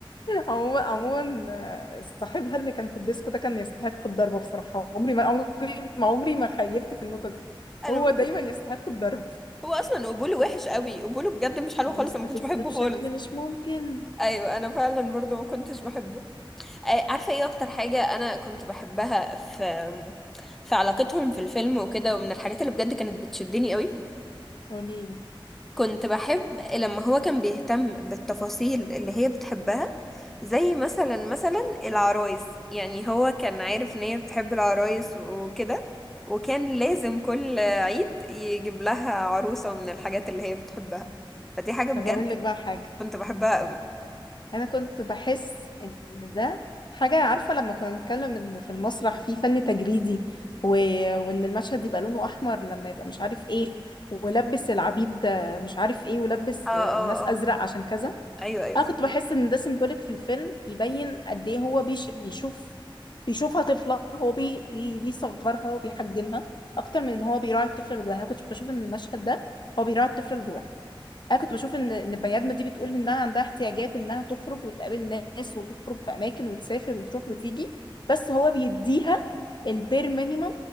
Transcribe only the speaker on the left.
عموما عموما آه، صاحبها اللي كان في الديسكو ده كان يستحق الضرب بصراحة عمري ما عمري ما عمري ما خيبت في النقطة دي
هو دايما يستحق الضرب
مستفز
بشكل
مش ممكن
قولي لي
طب اقول لك بقى حاجة
انا كنت بحس ان ده حاجه عارفه لما كنا بنتكلم ان في المسرح في فن تجريدي و... وان المشهد يبقى لونه احمر لما يبقى مش عارف ايه ولبس العبيد مش عارف ايه ولبس
الناس
ازرق عشان كذا
انا
كنت بحس ان ده سيمبوليك في الفيلم يبين قد ايه هو بيش... بيشوف بيشوفها طفله هو بي... بي... بيصغرها وبيحجمها اكتر من ان هو بيراعي الطفل اللي جواها انا كنت بشوف ان المشهد ده هو بيراعي الطفل اللي جواها انا كنت بشوف ان ان البني ادمه دي بتقول انها عندها احتياجات انها تخرج وتقابل ناس وتخرج في اماكن وتسافر وتروح وتيجي بس هو بيديها البير مينيمم